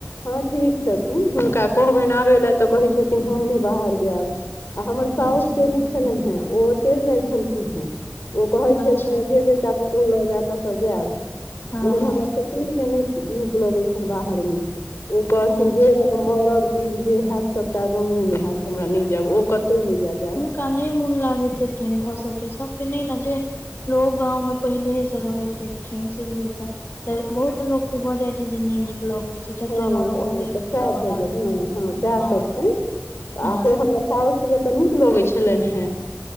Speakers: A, on the left (about 85°); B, on the left (about 60°).
A: हँ ठीक छथि ह हुनका कहबनि आबे ले तऽ कहे छथिन हम ने बाहर जायब आ हमर साउस
B: अच्छा
A: से नहि छलनि हेँ ओ चलि जाइ छलखिन हेँ ओ कहै छलखिने
B: अच्छा
A: जे बेटा पुतहु लऽ जैत ततऽ जयब लेकिन
B: हँ हँ
A: हमरा ससूरके नहि नीक लगैत छनि बाहरमे ओ कहखिन
B: अच्छा
A: जे रहै मरब जीब जे हेत सबटा गाँवेमे हेत हमरा नहि जायब ओ कतौ ने जेत
B: हुनका नहि मोन लागैत हेतनि भऽ सकय सब सबके नहि न जे लोग गाँव में पहिले शुरूए सँ रहैत एलखिन शुरू से तऽ बहुत लोक के भऽ जाइ छै जे नीक लगै छै जते
A: हँ
B: रहलहुँ
A: हँ
B: ओते
A: तऽ
B: नीक
A: सएह
B: लगऽ
A: भऽ
B: लागल
A: जाइ हँ हँ सएह
B: हँ
A: सभ छै आ
B: हँ
A: फेर हमर साउसके तऽ नीक लगैत छलनि हेँ